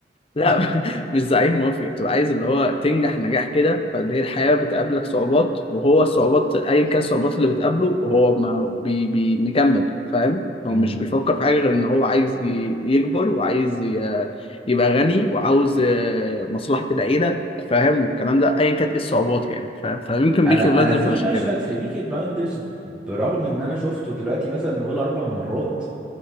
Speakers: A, on the left (about 30°); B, in the centre.
A: لا
B: <laughs>
A: <laughs> مش زعيم مافيا بتبقى عايز اللي هو تنجح نجاح كده فان هي الحياة بتقابلك صعوبات وهو الصعوبات ايا كان الصعوبات اللي بتقابله هو ما بي بي مكمل فاهم هو
B: امم
A: مش بيفكر في حاجة غير ان هو عايز ي- يكبر وعايز ي- يبقى غني وعاوز آه، مصلحة العيلة فاهم والكلام ده ايا كانت ايه الصعوبات يعني فاهم فيمكن
B: انا
A: بيكي بلايندرز
B: انا في
A: عشان
B: مشهد
A: كده
B: في بيكي بلايندرز برغم ان انا شفته دلوقتي مثلا نقول اربع مرات